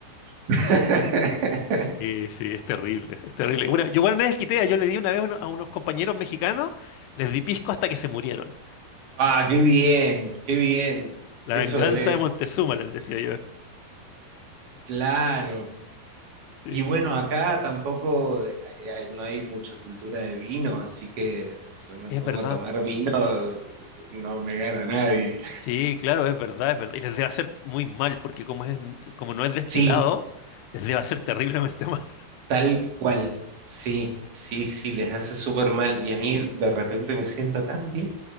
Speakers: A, on the right; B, on the left.
A: <laughs>
B: Sí, sí, es terrible, es terrible. Bueno, yo igual me desquité, yo le di una vez a uno- a unos compañeros mexicanos, les di pisco hasta que se murieron.
A: Ah, qué bien, qué bien.
B: La
A: Eso
B: venganza
A: es,
B: de Montezuma, les decía yo.
A: claro.
B: Sí,
A: Y bueno, acá tampoco eh, eh, hay- no hay mucha cultura de vino, así que si yo me
B: es
A: pongo
B: verdad.
A: a tomar vino, no me gana nadie.
B: Sí, claro, es verdad, es verdad. Y les debe hacer muy mal, porque como es, como no es destilado,
A: Sí,
B: les debe hacer terriblemente <laughs> mal.
A: tal cual. Sí, sí, sí, les hace súper mal. Y a mí de repente me sienta tan bien.